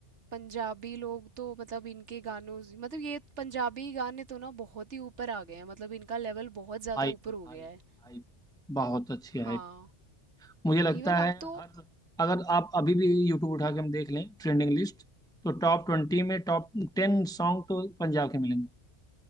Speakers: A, on the right (about 75°); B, in the centre.
A: पंजाबी लोग तो मतलब इनके गानों से- मतलब ये पंजाबी गाने तो ना बहुत ही ऊपर आ गए हैं मतलब इनका लेवल बहुत ज़्यादा
B: हाइप
A: ऊपर
B: है
A: हो
B: हाइप
A: गया है
B: हाइप बहुत अच्छी हाइप
A: हाँ
B: मुझे लगता
A: इवन
B: है
A: अब तो
B: हर अगर आप अभी भी यूट्यूब उठा के हम देख लें ट्रेंडिंग लिस्ट तो टॉप ट्वेंटी में टॉप टेन सॉन्ग तो पंजाब के मिलेंगे